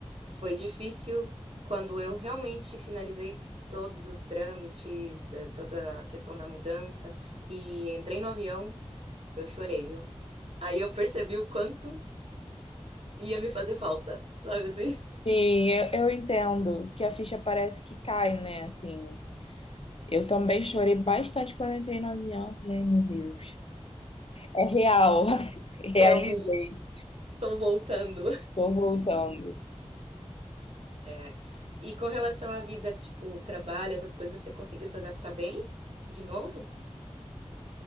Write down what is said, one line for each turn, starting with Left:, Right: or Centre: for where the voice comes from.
Right: Foi difícil quando eu realmente finalizei todos os trâmites, eh, toda a questão da mudança e entrei no avião, eu chorei, viu? Aí eu percebi o quanto ia me fazer falta, sabe assim?
Left: Sim, eu, eu entendo que a ficha parece que cai, né? Assim, eu também chorei bastante quando eu entrei no avião. Falei, ai, meu Deus. É real. <laughs>
Right: <laughs> Realmente,
Left: Realizei.
Right: estou voltando.
Left: Tô voltando.
Right: É. E com relação à vida, tipo, trabalho, essas coisas, você conseguiu se adaptar bem de novo?